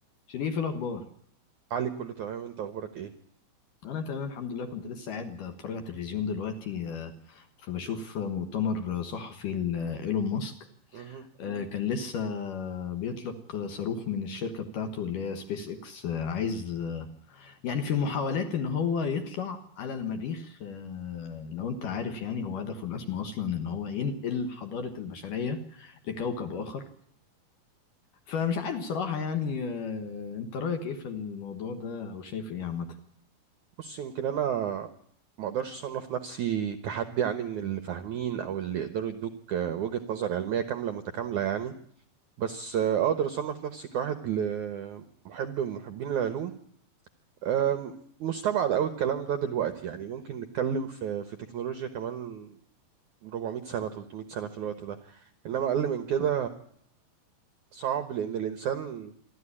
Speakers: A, on the left (about 60°); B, on the right (about 70°).
A: شريف الأخبار
B: علي كله تمام انت اخبارك ايه
A: أنا تمام الحمد لله كنت لسه قاعد أتفرج على التلفزيون دلوقتي آه، فبشوف مؤتمر صحفي لإيلون ماسك
B: مهم.
A: آه، كان لسه بيطلق صاروخ من الشركة بتاعته اللي هي سبيس إكس آه، عايز يعني في محاولات إن هو يطلع على المريخ آه، لو أنت عارف يعني هو هدفه الأسمى أصلا إن هو ينقل حضارة البشرية لكوكب آخر فمش عارف صراحة يعني آه، أنت رأيك إيه في الموضوع ده أو شايف إيه عامة؟
B: بص يمكن انا ما اقدرش اصنف نفسي كحد يعني من اللي فاهمين او اللي يقدروا يدوك آه، وجهة نظر علمية كاملة متكاملة يعني بس آه، اقدر اصنف نفسي كواحد ل- محب من محبين العلوم آم، مستبعد قوي الكلام ده دلوقتي يعني ممكن نتكلم في في تكنولوجيا كمان 400 سنة 300 سنة في الوقت ده انما اقل من كده صعب لان الانسان